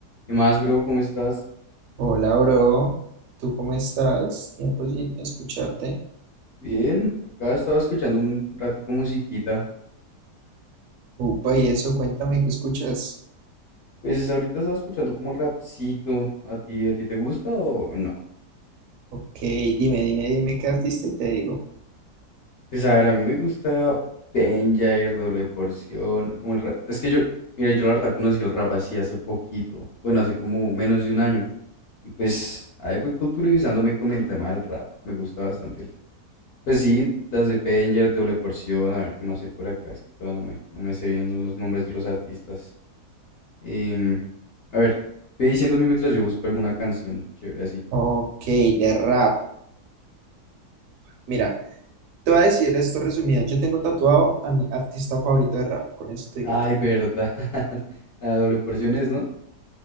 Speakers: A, on the left (about 65°); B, on the right (about 70°).
A: ¿Qué más, bro? ¿Cómo estás?
B: Hola, bro. ¿Tú cómo estás? Tiempo sin escucharte.
A: Bien, acá estaba escuchando un ratico musiquita.
B: Upa, y eso, cuéntame qué escuchas.
A: Pues ahorita estaba escuchando como rapcito. ¿A ti, a ti te gusta o no?
B: Ok, dime, dime, dime qué artista y te digo.
A: Pues a ver, a mí me gusta Penjair, Doble Porción, como el rap. Es que yo, mira, yo la verdad conocí el rap así hace poquito. Bueno, hace como menos de un año. Y pues ahí voy culturizándome con el tema del rap. Me gusta bastante el... Pues sí, las de Penjair, Doble Porción, a ver qué más hay por acá. Es que todavía no me, no me sé bien los nombres de los artistas. Em, a ver, ve diciéndome mientras yo busco alguna canción chévere así.
B: Ok, de rap. Mira, te voy a decir esto resumido. Yo tengo tatuado a mi artista favorito de rap. Con eso te
A: Ay,
B: digo todo.
A: verdad. <laughs> La doble porción es, ¿no?